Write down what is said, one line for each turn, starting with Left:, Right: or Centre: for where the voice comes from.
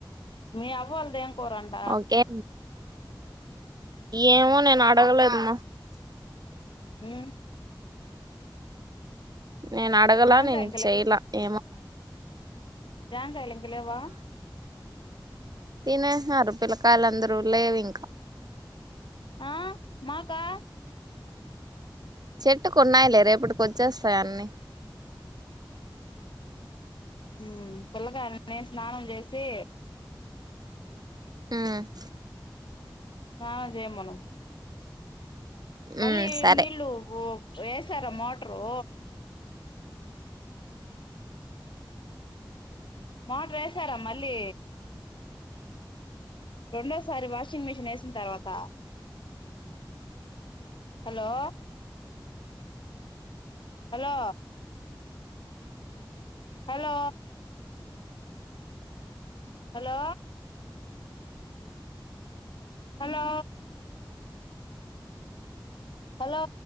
Left: మీ అవ్వోళ్ళదేం కూరంట
Right: ఓకే ఏమో నేనాడు డగలేదు మా
Left: మ్మ్
Right: నేను అడగలా,
Left: జాంకాయ
Right: నేన్ చేయలా ఏమో
Left: జంగాయలింగలేవా
Right: తినేస్నారు పిల్లకాయలందరూ, లేవింకా
Left: ఆ మాకా
Right: చెట్టుకున్నాయిలే, రేపటికొచ్చేస్తాయి అన్నీ.
Left: హ్మ్ పిల్లకాయల్ని స్నానం చేసి
Right: హ్మ్
Left: ఆ చేయమను మళ్ళీ
Right: ఉమ్ సరే
Left: నీళ్ళు గోక్ ఏస్ చ్చార మోటరు మోటారేశారా మళ్ళీ రెండోసారి వాషింగ్ మిషిన్ ఏసిన్తర్వాత hello hello hello hello hello hello